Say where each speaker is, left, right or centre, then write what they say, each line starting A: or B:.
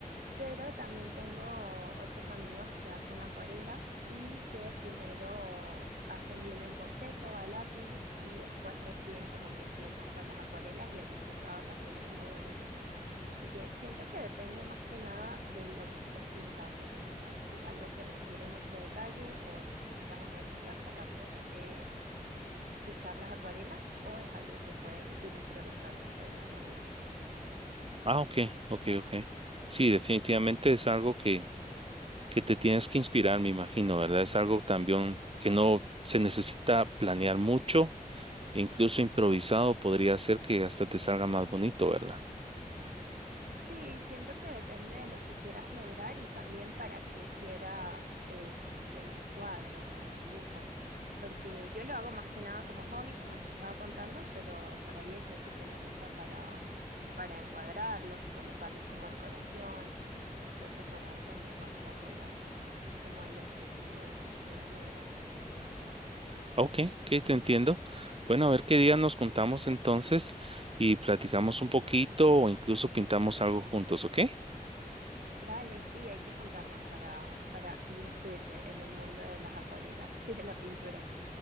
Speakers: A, on the right; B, on the right.
A: Pero también tengo otros amigos que hacen acuarelas y que primero hacen bien el boceto a lápiz y después recién como que empiezan con las acuarelas y el resultado también es muy bonito. Así que siento que depende más que nada de lo que estés pintando como tal, si es algo que requiere mucho detalle o necesitas una guía para poder eh, usar las acuarelas o es algo que puedes ir improvisando sobre el camino.
B: Ah, ok, ok, ok. Sí, definitivamente es algo que, que te tienes que inspirar, me imagino, ¿verdad? Es algo también que no se necesita planear mucho, e incluso improvisado podría ser que hasta te salga más bonito, ¿verdad?
A: Sí, siento que depende de lo que quieras lograr y también para qué quieras em, el cuadro o el dibujo. Porque yo lo hago más que nada como hobby, como te estaba contando, pero por ahí hay gente que los usa para, para encuadrarlos y colocarlos como decoración. Entonces, bueno, ahí también va un poco la, como el objetivo de lo que quieras lograr.
B: Ok, ok, te entiendo. Bueno, a ver qué día nos juntamos entonces y platicamos un poquito o incluso pintamos algo juntos, ¿ok? <laughs>
A: Dale, sí, hay que juntarnos para, para inmiscuirte en el mundo de las acuarelas <laughs> y de la pintura.